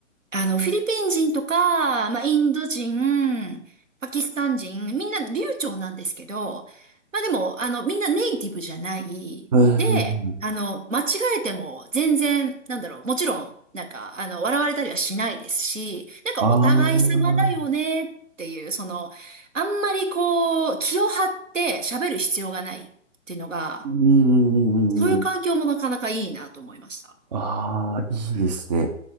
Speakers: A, on the right (about 80°); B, on the right (about 35°).
A: あの、フィリピン人とか、まあ、インド人、パキスタン人、みんな流暢なんですけど、まあ、でも、あの、みんなネイティブじゃない。
B: ほど。
A: で、あの、間違えても全然、なんだろう、もちろん、なんか、あの、笑われたりはしないですし、なんかお互い様だよねっていう、
B: ああ、うん
A: その、あんまりこう、気を張って喋る必要がないっていうのが、
B: うんうんうん。
A: そういう環境もなかなかいいなと思いました。
B: ああ、いいですね。